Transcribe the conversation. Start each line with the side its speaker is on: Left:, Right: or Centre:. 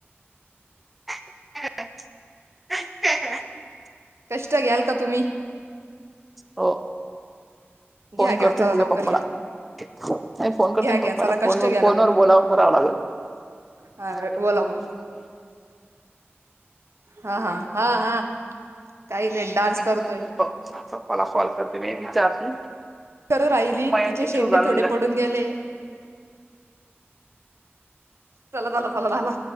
Centre: काय करता आहे. <unintelligible>
Right: कष्ट घ्याल का तुम्ही?
Centre: हो. फोन
Right: घ्या घ्या
Centre: करते
Right: चला
Centre: ना तुझ्या
Right: लवकर
Centre: पप्पाला
Right: घ्या
Centre: नाही फोन करते
Right: घ्या घ्या
Centre: पप्पाला.
Right: चला कष्ट
Centre: फोन
Right: घ्या
Centre: फोनवर
Right: लवकर
Centre: बोलाव कराव लागल.
Right: हा
Centre: <unintelligible>
Right: बोला बोला हा हा हा हा काही नाही डान्स करतोय
Centre: <unintelligible> पप्पाला कॉल करते मी विचारते
Right: खरं राहिली
Centre: मयांकचे
Right: तिचे शेंडे
Centre: शूज आणून
Right: थोडे
Centre: द्या.
Right: पडून गेले. चला चला चला झाला.